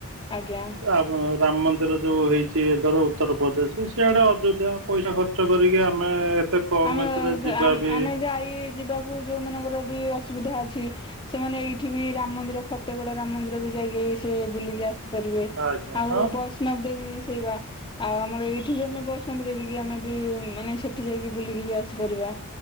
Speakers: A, on the left; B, on the right.
A: ଆଜ୍ଞା
B: ଆପ ରାମ ମନ୍ଦିର ଯୋଉ ହେଇଛି ଏ ଧର ଉତ୍ତରପ୍ରଦେଶ ସେଆଡ଼େ ଅଯୋଧ୍ୟା ପଇସା ଖର୍ଚ୍ଚ କରିକି ଆମେ ଏତେ କମ୍
A: ଆମେ
B: ଏଥିରେ
A: ହେ
B: ଯିବା
A: ଆମ୍
B: ବି
A: ମାନେ ଯାଇ ଯିବାକୁ ଯୋଉ ମାନଙ୍କର ବି ଅସୁବିଧା ଅଛି। ସେମାନେ ଏଇଠି ବି ରାମ ମନ୍ଦିର ଫତେଗଡ଼ ରାମ ମନ୍ଦିର ବି ଯାଇକି ସେ ବୁଲିକି ଆସି ପାରିବେ
B: ଆଜ୍ଞା
A: ଆଉ
B: ହଁ
A: ବୈଷ୍ଣବ ଦେବୀ ବି <unintelligible> ଆଉ ଆମର ଏଇଠି ବି ଆମେ ବୈଷ୍ଣବି ଦେବିକି ଆମେ ବି ମାନେ ସେଠି ଯାଇକି ବୁଲିକି ବି ଆସିପାରିବା।